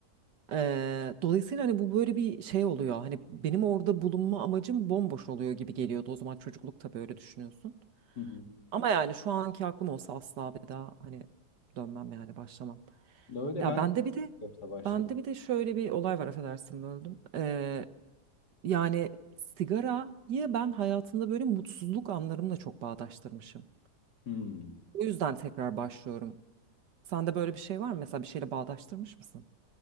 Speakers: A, on the right; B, on the left.
A: Eee, dolayısıyla hani bu böyle bir şey oluyor. Hani benim orada bulunma amacım bomboş oluyor gibi geliyordu. O zaman çocukluk tabii öyle düşünüyorsun.
B: Hı hı.
A: Ama yani şu anki aklım olsa asla bir daha hani dönmem yani başlamam.
B: Öyle
A: Ya
B: ben
A: bende
B: de
A: bir de
B: yaşta başladım.
A: bende bir de şöyle bir olay var affedersin böldüm. Eee, yani sigarayı ben hayatımda böyle mutsuzluk anlarımla çok bağdaştırmışım.
B: Hmm.
A: O yüzden tekrar başlıyorum. Sende böyle bir şey var mı? Mesela bir şeyle bağdaştırmış mısın?